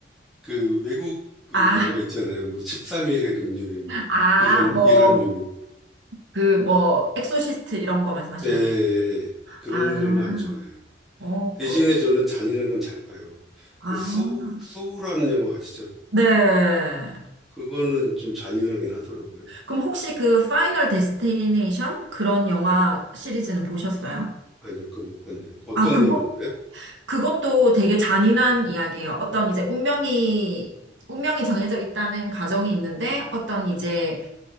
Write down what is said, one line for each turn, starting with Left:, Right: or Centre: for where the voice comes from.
Centre: 그 외국 그
Right: <laughs> 아,
Centre: 영화 있잖아요. 뭐 13일의 금요일, 뭐
Right: 아,
Centre: 이- 이런,
Right: 뭐.
Centre: 이런 유.
Right: 그 뭐 엑소시스트 이런 거 말씀하시는
Centre: 예, 예,
Right: 거.
Centre: 예. 그런
Right: 아,
Centre: 건 안 좋아해요.
Right: 어,
Centre: 대신에
Right: 그럼
Centre: 저는 잔인한 건 잘 봐요.
Right: 아,
Centre: 그 소우, 소우라는 영화 아시죠?
Right: 네.
Centre: 그거는 좀 잔인하긴 하더라고요.
Right: 그럼 혹시 그 파이널 데스티네이션 그런 영화 시리즈는 보셨어요?
Centre: 아니요, 그거 못 봤네요. 어떤
Right: 아, 그거
Centre: 내용인가요?
Right: 그것도 되게 잔인한 이야기예요. 어떤 이제 운명이 운명이 정해져 있다는 가정이 있는데 어떤 이제